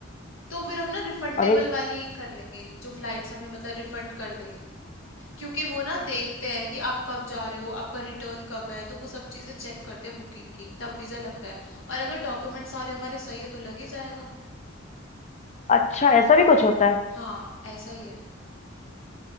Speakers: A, on the left; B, on the left.
A: तो फिर हम ना रिफंडेबल
B: और ये
A: वाली कर लेंगे जो फ्लाइट्स हमें मतलब रिफंड कर दे क्योंकि वो ना देखते हैं कि आप कब जा रहे हो आपका रिटर्न कब है तो वो सब चीजें चेक करते हैं बुकिंग की तब वीजा लगता है और अगर डॉक्यूमेंट सारे हमारे सही है तो लग ही जाएगा
B: अच्छा ऐसा भी कुछ होता है
A: हाँ ऐसा ही है